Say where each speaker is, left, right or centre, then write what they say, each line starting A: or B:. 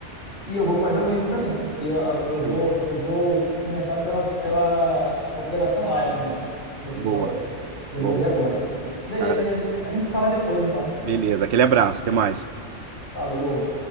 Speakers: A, on the left; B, on the right.
A: e eu vou fazer o mesmo também, porque eu, eu
B: Show.
A: vou, eu vou começar pela, pela Operação Lioness, que você
B: Boa,
A: falou. E eu
B: boa.
A: vou ver agora. Beleza,
B: Cara,
A: a gente se fala depois, então.
B: beleza, aquele abraço, até mais.
A: Falou.